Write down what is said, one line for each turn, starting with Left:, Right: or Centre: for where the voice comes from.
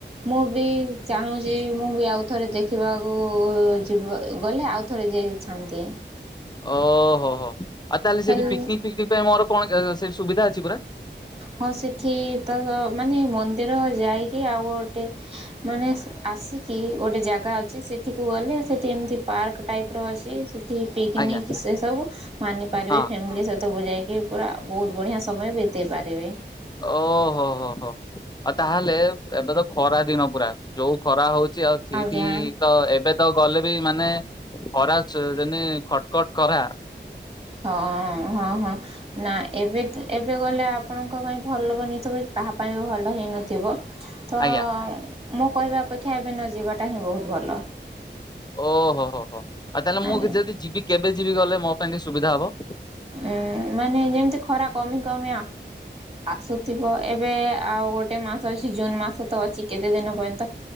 Right: ମୁଁ ବି ଚାହୁଁଛି ମୁଁ ବି ଆଉ ଥରେ ଦେଖିବାକୁ ଯିବ ଗଲେ ଆଉ ଥରେ ଯାଇଛନ୍ତି।
Left: ଓ। ଓ ହୋ ଆଉ ତାହେଲେ
Right: ହେଲେ
Left: ସେଠିି ପିକନିକ୍ ପିକିନିକ ପାଇଁ ମୋର କଣ ସୁବି ଅଛି ପୁରା
Right: ହଁ ସେଠି ତ ମାନେ ମନ୍ଦିର ଯାଇକି ଆଉ ଗୋଟେ ମାନେ ଆସିକି ଗୋଟେ ଜାଗା ଅଛି ସେଠିକୁ ଗଲେ ସେଠି ଏମିତି ପାର୍କ ଟାଇପ ର ଅଛି। ପିକନିକ୍
Left: ଆଜ୍ଞା
Right: ସେ ସବୁ ମାନି ପାରିବେ
Left: ହଁ
Right: ଫ୍ୟାମିଲି ସହିତ ବୁ ଯାଇକି ପୁରା ବହୁତ ବଢ଼ିଆ ସମୟ ବ ତେପାରିବେ।
Left: ଓହୋ ହୋ ହୋ ଆଉ ତାହେଲେ ଏବେ ତ ଖରା ଦିନ ପୁରା ଯୋଉ ଖରା ହଉଛି ଆଉ ସେଇଠି
Right: ଆଜ୍ଞା
Left: ତ ଏବେ ତ ଗଲେ ବି ମାନେ ଖରା ଯଦି ଖଟ ଖଟ କରା
Right: ହଁ ହଁ ହଁ ନା ଏବେ ଏବେ ଗଲେ ଆପଣଙ୍କ ପାଇଁ ଭଲ ବନିଥିବ କାହା ପାଇଁ ବି ଭଲ ହେଇନଥିବ। ତ
Left: ଆଜ୍ଞା
Right: ମୁଁ କହିବା ଅପେକ୍ଷା ଏବେ ନ ଯିବାଟା ହିଁ ବହୁତ ଭଲ।
Left: ଓହୋ ହୋ ହୋ ଆଉ ତାହେଲେ ମୁଁ
Right: ଆଜ୍ଞା
Left: ଯଦି ଯିବି କେବେ କେବେ ଯିବି ଗଲେ ମୋ ପାଇଁ ସୁବିଧା ହବ
Right: ଉଁ ମାନେ ଯେମିତି ଖରା କମି କମିଆ ଆ ସତି ଏବେ ଆଉ ଗୋଟେ ମାସ ଅଛି ଜୁନ୍ ମାସ ତ ଅଛି କେତେ ଦିନ ପାଁଇ ତ